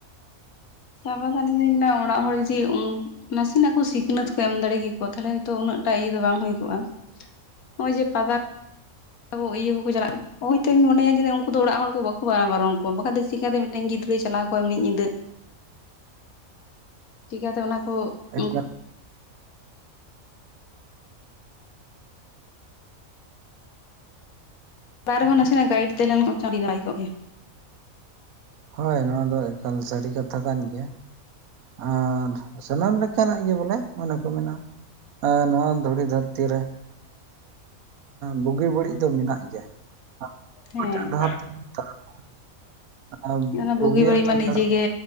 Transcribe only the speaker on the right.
ᱮᱠᱟᱞ
ᱦᱳᱭ ᱱᱚᱣᱟ ᱫᱚ ᱮᱠᱟᱞ ᱥᱟᱹᱨᱤ ᱠᱟᱛᱷᱟ ᱠᱟᱱ ᱜᱮᱭᱟ ᱟᱨ ᱥᱟᱱᱟᱢ ᱞᱮᱠᱟᱱᱟᱜ ᱜᱮ ᱵᱚᱞᱮ ᱚᱱᱟᱚᱱᱮ ᱠᱚ ᱢᱮᱱ ᱟ ᱮ ᱱᱚᱣᱟ ᱫᱷᱩᱲᱤ ᱫᱷᱟᱹᱨᱛᱤ ᱨᱮ ᱵᱩᱜᱤ ᱵᱟᱹᱲᱤᱡ ᱫᱚ ᱢᱮᱱᱟᱜ ᱜᱮᱭᱟ ᱟᱢ ᱚᱠᱟᱴᱟᱜ
ᱰᱟᱦᱟᱨ ᱛᱮᱢ ᱛᱟᱲᱟᱢᱧ
ᱵᱩᱜᱤᱭᱟᱜ
ᱛᱮᱢ
ᱛᱟᱲᱟᱢᱟ